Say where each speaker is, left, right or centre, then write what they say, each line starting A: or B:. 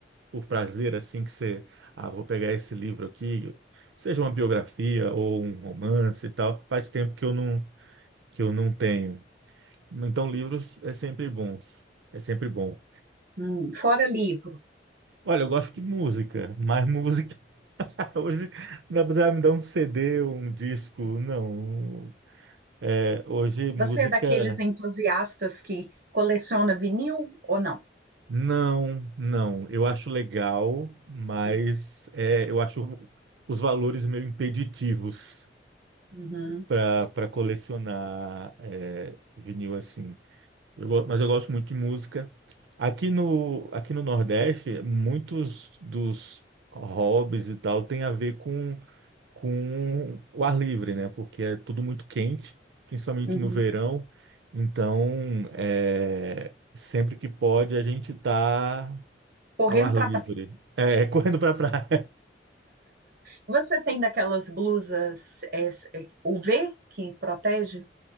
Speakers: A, on the right; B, on the right.
A: por prazer, assim, que você, ah, vou pegar esse livro aqui, seja uma biografia ou um romance e tal, faz tempo que eu não, que eu não tenho. Então livros é sempre bons, é sempre bom.
B: uhum. Fora livro,
A: Olha, eu gosto de música, mas música <laughs> hoje não dá pra me dar um CD, um disco, não. É, hoje música,
B: você é daqueles entusiastas que coleciona vinil ou não?
A: não, não. Eu acho legal, mas
B: É.
A: é, eu acho os valores meio impeditivos
B: Uhum,
A: para para colecionar é, vinil assim. Eu go- mas eu gosto muito de música. Aqui no, aqui no Nordeste, muitos dos hobbies e tal tem a ver com com o ar livre, né? Porque é tudo muito quente, principalmente
B: uhum.
A: no verão. Então, é, sempre que pode, a gente tá
B: Correndo
A: ao ar
B: para
A: livre.
B: praia.
A: É, <laughs> correndo para praia.
B: Você tem daquelas blusas é, é, UV que protege?